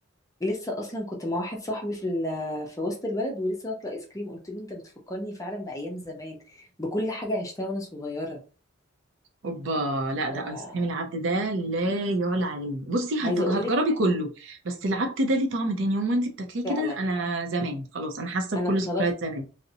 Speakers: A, on the left (about 15°); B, on the right (about 65°).
A: لسه اصلا كنت مع واحد صاحبي في ال- في وسط البلد ولسه واكله ايس كريم قلت له انت بتفكرني فعلا بايام زمان بكل حاجه عشتها وانا صغيره
B: اوبا لا
A: ف-
B: ده ايس كريم العبد ده لا يعلى عليه بصي هت-
A: عايزه اقول
B: هتجربي
A: لك
B: كله بس العبد ده ليه طعم تاني يوم وانت بتاكليه
A: فعلا
B: كده انا زمان خلاص انا حاسه
A: انا
B: بكل
A: طلبت
B: ذكريات زمان